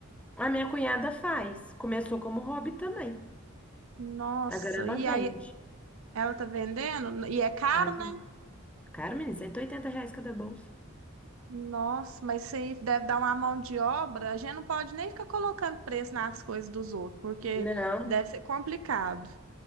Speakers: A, in the centre; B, on the right.
A: A minha cunhada faz. Começou como hobby também.
B: Nossa,
A: Agora ela
B: e
A: vende.
B: aí ela tá vendendo, e é caro,
A: Tadinha.
B: né?
A: Cara, menina, 180 reais cada bolsa.
B: Nossa, mas isso aí deve dar uma mão de obra. A gente não pode nem ficar colocando preço nas coisas dos outros, porque
A: Não,
B: deve ser complicado.